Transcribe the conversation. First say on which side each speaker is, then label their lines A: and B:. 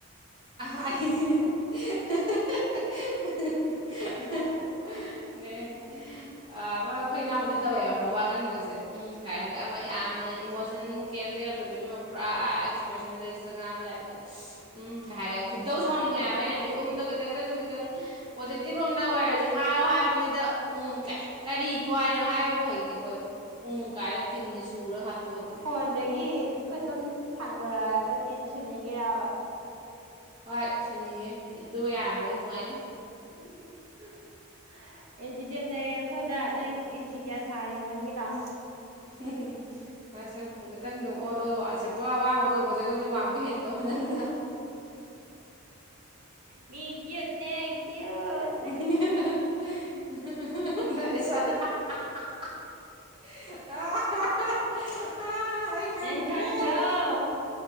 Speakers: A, on the right; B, on the right.
A: <unintelligible> ꯅꯦ ꯑꯩꯈꯣꯏ ꯏꯅꯥꯎꯕꯁꯦ ꯇꯧꯋꯦꯕ ꯋꯥ ꯉꯥꯡꯕꯒꯁꯦ ꯎꯝ ꯀꯥꯏꯅꯒ ꯑꯃ ꯌꯥꯝꯅ ꯏꯃꯣꯁꯟ ꯀꯦꯝꯇ ꯌꯥꯗꯣꯏꯕꯣꯏꯃꯛ ꯄꯨꯔꯥ ꯑꯦꯛꯁꯄ꯭ꯔꯦꯁꯟ ꯂꯦꯁꯇ ꯉꯥꯡꯕ ꯇꯥꯏꯞꯇ ꯎꯝ ꯀꯩ ꯍꯥꯏꯔꯦ ꯈꯨꯗꯧ ꯁꯥꯎꯅꯤꯡꯉꯦ ꯍꯥꯏꯕ ꯌꯥꯅꯗꯤ ꯎꯝꯗꯣ ꯈꯤꯇꯪꯗꯁꯨ ꯈꯤꯇꯪ ꯄꯣꯖꯤꯇꯤꯚ ꯔꯣꯝꯗ ꯑꯣꯏꯔꯁꯨ ꯍꯥꯏꯌꯣ ꯍꯥꯏꯕꯅꯤꯗ ꯎꯝ ꯀ ꯀꯔꯤ ꯈꯨꯍꯥꯏꯅꯣ ꯍꯥꯏꯕꯕꯨ ꯍꯩꯇꯦꯈꯣꯏ ꯎ ꯀꯥꯏꯅ ꯀꯤꯟꯅꯦ ꯁꯨꯔꯒ ꯍꯥꯠꯇꯣꯛꯑꯗꯤ
B: ꯐꯣꯟꯗꯒꯤ ꯈꯨꯠꯇꯨꯝ ꯊꯥꯡꯗꯣꯔꯛꯑꯒ ꯀꯤꯟ ꯁꯨꯅꯤꯡꯉꯔꯕ
A: ꯍꯣꯏ ꯁꯨꯅꯤꯡꯉꯦ ꯑꯗꯨꯒ ꯌꯥꯔꯃꯗꯤ ꯅꯨꯡꯉꯥꯏꯅꯤ
B: <inaudible> ꯑꯦꯟꯖꯤ ꯗꯦꯕ ꯂꯩꯔꯦ ꯑꯩꯈꯣꯏꯗ ꯅꯪ ꯑꯦꯟꯖꯤ ꯀꯌꯥ ꯁꯥꯡꯉ ꯑꯣꯟꯒꯦ ꯂꯥꯎ
A: <unintelligible> ꯅꯁꯛꯇꯨꯒ ꯅꯇ ꯑꯣꯜꯂꯣ ꯑꯁꯦ ꯄꯨꯔꯥ ꯋꯥꯡꯕꯗꯧꯒꯣꯁꯦꯒꯣꯏ ꯋꯥꯡꯕ ꯍꯦꯟꯗꯣ ꯅꯪꯅ
B: ꯃꯤ ꯀ꯭ꯠꯨꯅꯦ ꯀ꯭ꯠꯨ
A: <unintelligible> <unintelligible> ꯑꯩ ꯈꯪꯗ꯭ꯔꯦ
B: ꯅꯪ ꯈꯪꯗ꯭ꯔꯣ